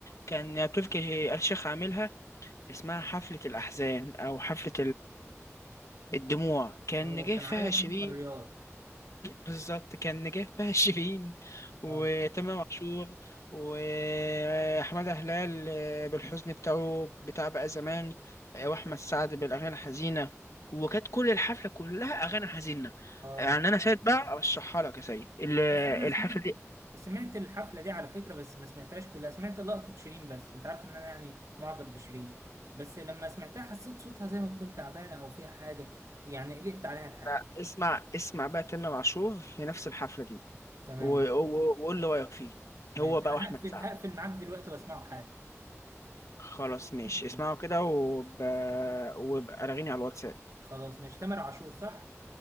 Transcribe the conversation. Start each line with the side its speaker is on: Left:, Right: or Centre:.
Left: كان تركي آل الشيخ عاملها اسمها حفلة الأحزان أو حفلة الدموع كان
Right: اه
Left: نجاح
Right: كان عاملها
Left: فيها شيرين
Right: في مخمر الرياض
Left: بالظبط كان نجاح فيها شيرين وتامر
Right: اه
Left: عاشور وأحمد هلال آه، بالحزن بتاعه بتاع بقى زمان آه، وأحمد سعد بالأغاني الحزينة وكانت كل الحفلة كلها أغاني حزينة
Right: اه
Left: يعني أنا سيد بقى أرشحها لك يا سيد ال-
Right: بس انا سمعت
Left: الحفلة دي
Right: سمعت الحفله دي على فكره بس ما سمعتهاش كلها سمعت لقطه شيرين بس انت عارف ان انا يعني معجب بشيرين بس لما سمعتها حسيت صوتها زي ما تكون تعبانه او فيها حاجه يعني قلقت عليها الحقيقه
Left: بقى اسمع اسمع بقى تامر عاشور في نفس الحفلة دي
Right: تمام
Left: و- و- وقول لي رأيك فيه
Right: ماشي
Left: هو بقى
Right: انا
Left: وأحمد
Right: هقفل
Left: سعد
Right: هقفل معاك دلوقتي واسمعه حالا
Left: خلاص ماشي اسمعوا
Right: ماشي
Left: كده وب... وبقى رغيني على الواتساب
Right: خلاص ماشي تامر عاشور صح